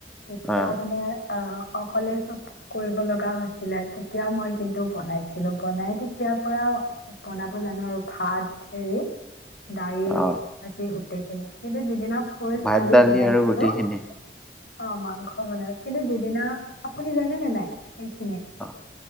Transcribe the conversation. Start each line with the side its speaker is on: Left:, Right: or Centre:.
Left: তেতিয়া
Centre: অ
Left: মানে আ, অকলে চব কৰিব লগা হৈছিলে তেতিয়া মই কিন্তু বনাইছিলোঁ, বনাই তেতিয়াৰ পৰাও বনাব জানো আৰু ভাত হেৰি দাইল,
Centre: অ
Left: ভাজি গোটেইখিনি কিন্তু যিদিনা ফাষ্ট
Centre: ভাত
Left: দালি বনাইছিলোঁ,
Centre: আৰু গোটেইখিনি
Left: অ' মাংস বনাই কিন্তু যিদিনা, আপুনি জানেনে নাই সেইখিনি?
Centre: অ',